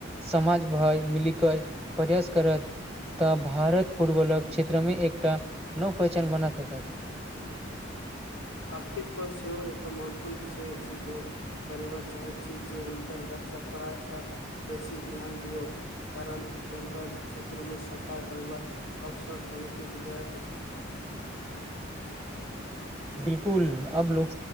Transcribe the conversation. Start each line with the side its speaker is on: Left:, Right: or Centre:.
Centre: समाज भय मिली कऽ प्रहास करत तऽ भारत फुटबॉलक क्षेत्र में एकटा नव पहिचान बना सकत
Left: आर्थिक पद सेहो एकटा महत्वपूर्ण विषय अछि बहुत परिवार चाहैत छी जे हुनकर बच्चा पढ़ाइ ओर बेसी ध्यान दियऔ कारण खेलक क्षेत्र में सफाई होयबाक अवसर समिति बुझायत अछि
Centre: बिलकुल आब लोक